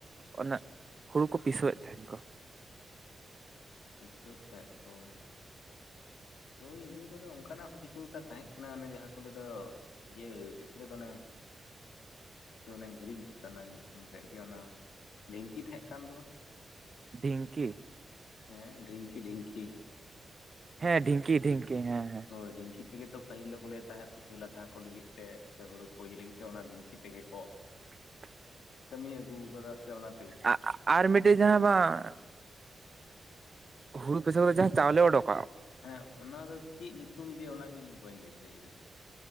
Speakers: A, on the right; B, on the left.
A: ᱚᱱᱟ ᱦᱩᱲᱩ ᱠᱚ ᱯᱤᱥᱟᱹᱮᱫ ᱛᱟᱦᱮᱱ ᱠᱚ?
B: <unintelligible> ᱛᱟᱦᱮᱡ ᱠᱚᱼᱼ ᱳᱭ ᱤᱭᱟᱹ ᱠᱚᱫᱚ ᱚᱱᱠᱟᱱᱟᱜ ᱦᱚᱸ ᱠᱤᱪᱷᱩ ᱴᱟᱜ ᱛᱟᱦᱮᱸ ᱠᱟᱱᱟ ᱚᱱᱮ ᱡᱟᱦᱟᱸ ᱠᱚ ᱞᱟᱹᱭ ᱫᱚ ᱤᱭᱟᱹᱼᱼ ᱪᱮᱫ ᱠᱚ ᱞᱟᱹᱭ ᱫᱚ ᱚᱱᱮ ᱚᱱᱮᱧ ᱦᱤᱨᱤᱧ ᱠᱮᱫᱼᱼ ᱠᱟᱱᱟ ᱧᱩᱛᱩᱢ ᱛᱮᱫ ᱜᱮ ᱚᱱᱟ ᱰᱷᱤᱝᱠᱤ ᱛᱟᱦᱮᱸ ᱠᱟᱱ ᱫᱚᱼᱼ
A: ᱰᱷᱤᱝᱠᱤᱼᱼ
B: ᱦᱮᱸ ᱰᱷᱤᱝᱠᱤ ᱰᱷᱤᱝᱠᱤᱼᱼ
A: ᱦᱮᱸ ᱰᱷᱤᱝᱠᱤ ᱰᱷᱤᱝᱠᱤ ᱦᱮᱸ ᱦᱮᱸᱼᱼ
B: ᱦᱳᱭ ᱰᱷᱤᱝᱠᱤ ᱛᱮᱜᱮ ᱛᱚ ᱯᱟᱹᱦᱤᱞ ᱫᱚᱠᱚ ᱞᱟᱹᱭᱮᱫ ᱛᱟᱦᱮᱸᱫ ᱯᱤᱴᱷᱟᱹ ᱞᱟᱴᱷᱟ ᱠᱚ ᱞᱟᱹᱜᱤᱫ ᱛᱮ ᱥᱮ ᱦᱩᱲᱩ ᱠᱚ ᱤᱭᱟᱹ ᱞᱟᱹᱜᱤᱫ ᱛᱮ ᱚᱱᱟ ᱰᱷᱤᱝᱠᱤ ᱛᱮ ᱜᱮ ᱠᱚᱼᱼ
A: <inaudible>
B: ᱠᱟᱹᱢᱤ ᱟᱹᱜᱩᱣ ᱟᱠᱟᱫᱟ ᱥᱮ ᱚᱱᱟᱼᱼ
A: ᱟ ᱟ ᱟᱨ ᱢᱤᱫᱴᱮᱡ ᱡᱟᱦᱟᱸ ᱵᱟᱝ ᱦᱩᱲᱩ ᱯᱮᱥᱟᱹᱭ ᱠᱟᱛᱮ ᱡᱟᱦᱟᱸ ᱪᱟᱣᱞᱮ ᱚᱰᱩᱠᱚᱜ
B: ᱦᱮᱸ ᱚᱱᱟ ᱫᱚ ᱪᱮᱫ ᱧᱩᱛᱩᱢ ᱡᱮ ᱚᱱᱟ ᱜᱮ ᱤᱧ ᱵᱟᱹᱧ ᱫᱤᱥᱟᱹᱭ ᱮᱫᱟ